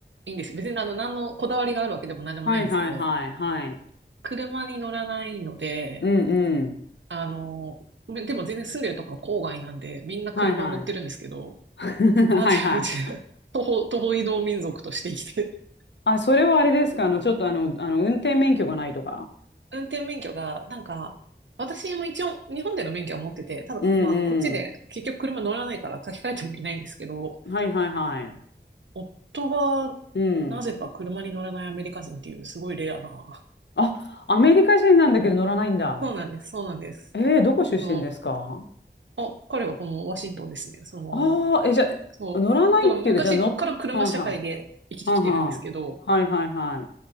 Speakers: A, on the right (about 85°); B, on the left (about 75°).
A: いんですよ。別にあの、何のこだわりがあるわけでも何でもないんですけど、
B: はいはいはいはい。
A: 車に乗らないので、
B: うんうん。
A: あの、でも全然住んでるところ郊外なんで、みんな車乗ってるんですけど、
B: はいはい。<laughs>
A: なぜうち、
B: はいはい。
A: 徒歩、徒歩移動民族として生きて、
B: あ、それはあれですかあの、ちょっとあの、あの、運転免許がないとか。
A: 運転免許が、なんか、私も一応日本での免許は持ってて、ただ、
B: うんう
A: まあ、あの、こっちで結局車乗らないから書き換えてもいないんですけど、
B: ん。はいはいはい。
A: 夫が、
B: うん。
A: なぜか車に乗らないアメリカ人っていう、すごいレアな。
B: あ、アメリカ人なんだけど乗らないんだ。
A: <laughs> そうなんです、そうなんです。
B: えー、どこ出身ですか
A: そう。あ、彼はこのワシントンですね、そのまま。
B: ああー、え、じゃあ、
A: そう。
B: 乗らないっていうか、
A: だから昔から車社会で生きてきてるんですけど、
B: じゃあ乗っ、はんはん、はんはん、はいはいはい。